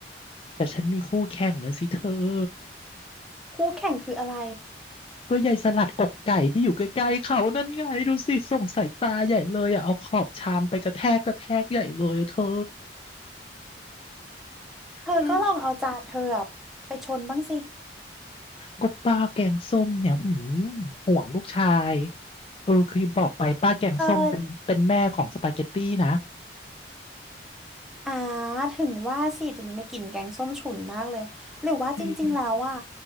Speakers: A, on the left (about 30°); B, in the centre.
A: แต่ฉันมีคู่แข่งนะสิเธอ
B: คู่แข่งคืออะไร
A: ก็ยายสลัดอกไก่ที่อยู่ใกล้ๆเขานั่นไงดูสิส่งสายตาใหญ่เลยอ่ะเอาขอบชามไปกระแทกกระแทกใหญ่เลยอะเธอ
B: เธอก็ลองเอาจานเธออะไปชนบ้างสิ
A: เฮ้ยก็ป้าแกงส้มเนี่ยหืมห่วงลูกชายเออคือบอกไปป้าแกงส้มเป็นเป็นแม่ของสปาเกตตี้นะ
B: เอออ่าถึงว่าสิถึงมันไม่กลิ่นแกงส้มฉุนมากเลยหรือว่าจริงๆแล้วอ่ะ
A: จริง